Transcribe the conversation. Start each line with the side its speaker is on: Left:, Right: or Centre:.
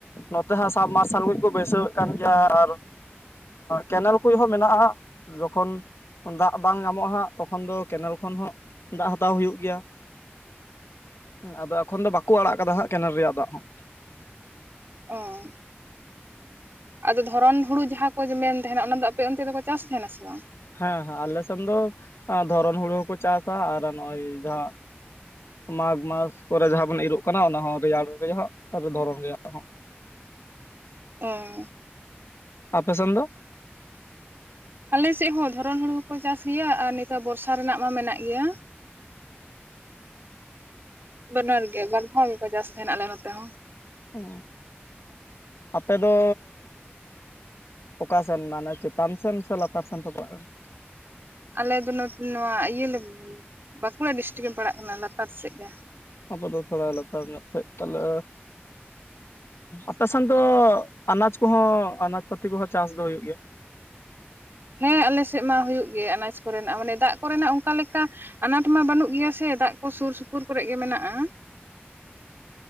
Left: ᱱᱚᱛᱮ ᱦᱟᱸᱜ ᱥᱟᱢᱢᱟᱨᱥᱟᱞ ᱠᱚ ᱠᱚ ᱵᱟᱹᱭᱥᱟᱹᱮᱫ ᱠᱟᱱ ᱜᱮᱭᱟ ᱟᱨ ᱠᱮᱱᱮᱞ ᱠᱚ ᱢᱮᱱᱟᱜᱼᱟ ᱡᱚᱠᱷᱚᱱ, ᱫᱟᱜ ᱵᱟᱝ ᱧᱟᱢᱚᱜ ᱦᱟᱸᱜ ᱛᱚᱠᱷᱚᱱ ᱫᱚ ᱠᱮᱱᱮᱞ ᱠᱷᱚᱱ ᱦᱚᱸ ᱫᱟᱜ ᱦᱟᱛᱟᱣ ᱦᱩᱭᱩᱜ ᱜᱮᱭᱟ ᱾ ᱟᱫᱚ ᱮᱠᱷᱚᱱ ᱫᱚ ᱵᱟᱠᱚ ᱟᱲᱟᱜ ᱠᱟᱫᱟ ᱦᱟᱸᱜ ᱠᱮᱱᱮᱞ ᱨᱮᱭᱟᱜ ᱫᱟᱜ ᱦᱚᱸ᱾
Right: ᱚ ᱟᱫᱚ ᱫᱷᱚᱨᱚᱱ ᱦᱩᱲᱩ ᱡᱟᱦᱟᱸ ᱠᱚ ᱢᱮᱱ ᱛᱟᱦᱮᱱᱟ ᱚᱱᱟ ᱫᱚ ᱟᱯᱮ ᱚᱱᱛᱮ ᱫᱚᱠᱚ ᱪᱟᱥ ᱛᱟᱦᱮᱱᱟ ᱥᱮ ᱵᱟᱝ?
Left: ᱦᱮᱸ ᱦᱮᱸ ᱟᱞᱮᱥᱱ ᱫᱚ ᱫᱷᱚᱨᱚᱱ ᱦᱩᱲᱩ ᱦᱚᱸᱠᱚ ᱪᱟᱥ ᱟ ᱟᱨ ᱱᱚᱜᱼᱚᱭ ᱡᱟᱦᱟᱸ ᱢᱟᱜᱽ ᱢᱟᱥ ᱠᱚᱨᱮ ᱡᱟᱦᱟᱸ ᱵᱚᱱ ᱤᱨᱚᱜ ᱠᱟᱱᱟ ᱚᱱᱟ ᱦᱚᱸ ᱨᱮᱭᱟᱲ ᱨᱮᱭᱟᱜ ᱟᱨ ᱫᱷᱚᱨᱚᱢ ᱨᱮᱭᱟᱜ ᱦᱚᱸ᱾
Right: ᱚ
Left: ᱟᱯᱮ ᱥᱚᱱ ᱫᱚ
Right: ᱟᱞᱮᱥᱮᱫ ᱦᱚᱸ ᱫᱷᱚᱨᱚᱱ ᱦᱩᱲᱩ ᱠᱚᱠᱚ ᱪᱟᱥ ᱜᱮᱭᱟ ᱟᱨ ᱱᱮᱛᱟᱨ ᱵᱚᱨᱥᱟ ᱨᱮᱱᱟᱜ ᱢᱟ ᱢᱮᱱᱟᱜ ᱜᱮᱭᱟ᱾ ᱵᱟᱱᱟᱨ ᱜᱮ ᱵᱟᱨ ᱫᱷᱟᱣ ᱜᱮᱠᱚ ᱪᱟᱥ ᱛᱟᱦᱮᱱᱟ ᱟᱞᱮ ᱱᱚᱛᱮ ᱦᱚᱸ᱾
Left: ᱚ ᱟᱯᱮ ᱫᱚ ᱚᱠᱟᱥᱮᱱ ᱢᱟᱱᱮ ᱪᱮᱛᱟᱱ ᱥᱮᱱ ᱥᱮ ᱞᱟᱛᱟᱨ ᱥᱮᱱ ᱯᱟᱲᱟᱜ ᱠᱟᱱᱟ᱾
Right: ᱟᱞᱮ ᱫᱚ ᱱᱚᱛᱮ ᱱᱚᱣᱟ ᱤᱭᱟᱹ ᱞᱮ ᱵᱟᱸᱠᱩᱲᱟ ᱰᱤᱥᱴᱤᱠ ᱞᱮ ᱯᱟᱲᱟᱜ ᱠᱟᱱᱟ ᱞᱟᱛᱟᱨ ᱥᱮᱫ ᱜᱮ᱾
Left: ᱟᱵᱚ ᱫᱚ ᱛᱷᱚᱲᱟ ᱞᱟᱛᱟᱨ ᱧᱚᱜ ᱥᱮᱡ ᱛᱟᱦᱚᱞᱮ᱾ ᱟᱯᱮᱥᱮᱱ ᱫᱚ ᱟᱱᱟᱡᱽ ᱠᱚᱦᱚᱸ ᱟᱱᱟᱡᱽ ᱯᱟᱹᱛᱤ ᱠᱚᱦᱚᱸ ᱪᱟᱥ ᱫᱚ ᱦᱩᱭᱩᱜ ᱜᱮᱭᱟ᱾
Right: ᱦᱮᱸ ᱟᱞᱮᱥᱮᱫ ᱢᱟ ᱦᱩᱭᱩᱜ ᱜᱮ ᱟᱱᱟᱡᱽ ᱠᱚᱨᱮᱱᱟᱜ ᱢᱟᱱᱮ ᱫᱟᱜ ᱠᱚᱨᱮᱱᱟᱜ ᱚᱱᱠᱟ ᱞᱮᱠᱟ ᱟᱱᱟᱴ ᱢᱟ ᱵᱟᱹᱱᱩᱜ ᱜᱮᱭᱟ ᱥᱮ ᱫᱟᱜ ᱠᱚ ᱥᱩᱨ ᱥᱩᱯᱩᱨ ᱠᱚᱨᱮ ᱜᱮ ᱢᱮᱱᱟᱜᱼᱟ᱾